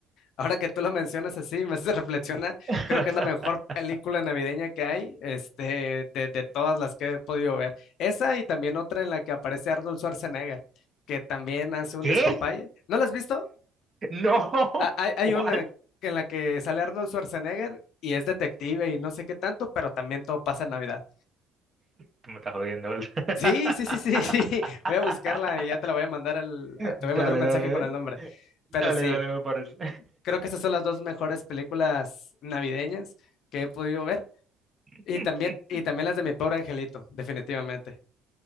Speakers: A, on the left (about 60°); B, on the right (about 25°).
A: Ahora que tú lo mencionas así, me hace reflexionar,
B: <laughs>
A: creo que es la mejor película navideña que hay, este, de, de todas las que he podido ver. Esa y también otra en la que aparece Arnold Schwarzenegger, que también hace un
B: ¿Qué?
A: despapalle. ¿No la has visto?
B: No.
A: Ah, Hay, hay
B: ¿Cuál?
A: una en la que sale Arnold Schwarzenegger y es detective y no sé qué tanto, pero también todo pasa en Navidad.
B: Tú me estás jodiendo, ¿verdad?
A: Sí, sí, sí, sí, <laughs> sí.
B: <laughs>
A: Voy a buscarla y ya te la voy a mandar el, te
B: Dale,
A: voy a mandar un mensaje
B: dale,
A: con el nombre. Pero
B: dale,
A: sí,
B: dale, me parece.
A: creo que esas son las dos mejores películas navideñas que he podido ver.
B: <laughs>
A: Y también, y también las de Mi Pobre Angelito, definitivamente.